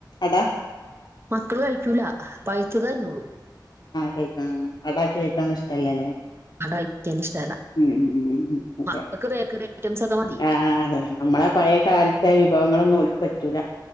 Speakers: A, on the left (about 60°); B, on the right (about 30°).
A: അട?
B: മക്കള് കൈക്കൂല പഴുത്തതെ തിന്നുള്ളു.
A: കെക്കാം. അടാക്കി കൈക്കാൻ ഇഷ്ട്ടല്ലല്ലേ.
B: അട കഴിക്കാൻ ഇഷ്ടല്ല
A: ഉം ഉം ഉം അതെ
B: മക്കൾക്ക് ബേക്കറി ഐറ്റംസ് ഒക്കെ മതി
A: ആ ആ അതെ. അമ്മളെ പഴയ കാലത്തെ വിഭവങ്ങളൊന്നും ഓൽക്ക് പറ്റൂല.